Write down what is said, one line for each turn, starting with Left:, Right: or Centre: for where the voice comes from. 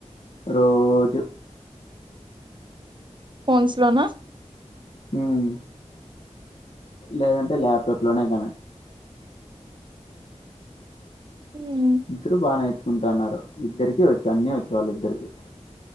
Left: రోజు.
Right: ఫోన్స్ లోనా?
Left: ఉమ్. లేదంటే, ల్యాప్టాప్ లోనే కానీ.
Right: మ్మ్
Left: ఇద్దరు బా నేర్చు కుంటాన్నారు. ఇద్దరికి వచ్చు అన్ని వచ్చు వాల్లిద్దరికి.